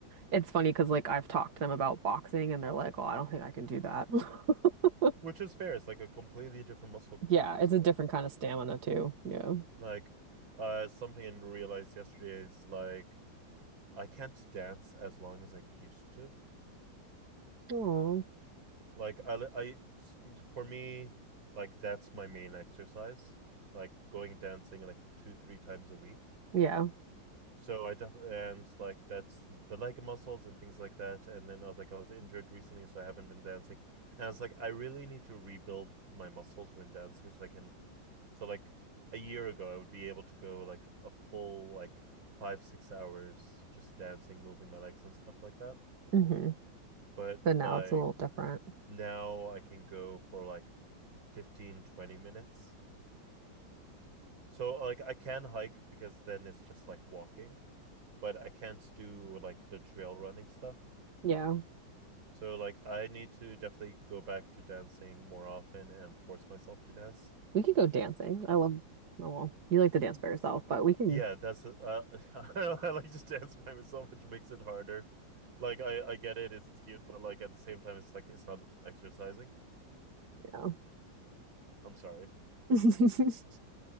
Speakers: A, on the right; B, on the right.
A: it's funny because like I've talked to them about boxing and they're like, "Oh, I don't think I can do that." <laughs>
B: which is fair it's like a completely different muscle group
A: Yeah,
B: and
A: it's
B: stuff
A: a different kind of stamina too. Yeah.
B: like uh something I realized yesterday is like I can't dance as long as I used to.
A: Oh,
B: Like I, I, for me, like that's my main exercise. Like going dancing like two, three times a week.
A: yeah.
B: So I definitely and like that's the leg muscles and things like that. And then I was like I was injured recently, so I haven't been dancing. And I was like, I really need to rebuild my muscles when dancing, so I can. So like a year ago, I would be able to go like a full like five, six hours just dancing, moving my legs and stuff like that.
A: hmm
B: But
A: But
B: like
A: now it's a little different.
B: now I can go for like 15, 20 minutes. So like I can hike because then it's just like walking, but I can't do like the trail running stuff.
A: Yeah.
B: So like I need to definitely go back to dancing more often and force myself to dance.
A: We could go dancing. I love, oh, well, you like to dance
B: Y-
A: by yourself, but we can,
B: Yeah, that's uh, <laughs> I like to dance by myself, which makes it harder. Like I I get it, it's cute, but like at the same time, it's like it's not exercising.
A: yeah.
B: I'm sorry.
A: hmm <laughs>